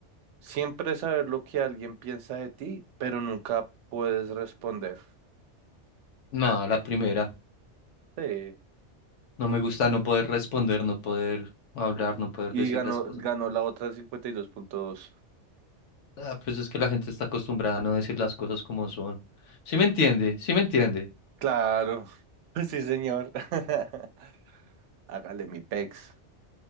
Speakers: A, on the right; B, on the left.
A: Siempre saber lo que alguien piensa de ti, pero nunca puedes responder.
B: Nada, la primera.
A: Sí.
B: No me gusta no poder responder, no poder hablar, no poder
A: Y
B: decir
A: ganó,
B: las cosas.
A: ganó la otra 52.2.
B: Ah, pues es que la gente está acostumbrada a no decir las cosas como son. Sí me entiende, sí me entiende.
A: Claro. <laughs> Sí, señor. <laughs> Hágale mi pex.